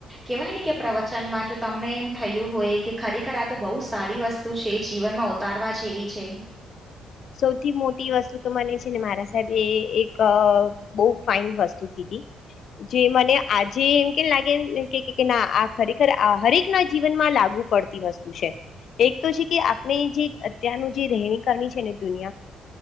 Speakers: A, on the right; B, on the left.
A: કેવાય ને કે પ્રવચનમાં જો તમને એમ થયું હોય કે ખરેખર આ તો બહુ સારી વસ્તુ છે જીવનમાં ઉતારવા જેવી છે
B: સૌથી મોટી વસ્તુ તો મને છે ને મારા સાહેબ એ એક બહુ ફાઇન વસ્તુ કીધી જે મને આજે એમ કેમ લાગે ના આ ખરેખર હરેક ના જીવનમાં લાગુ પડતી વસ્તુ છે એક તો છે કે આપણે જે અત્યારનું જે રહેણી કર છે ને દુનિયા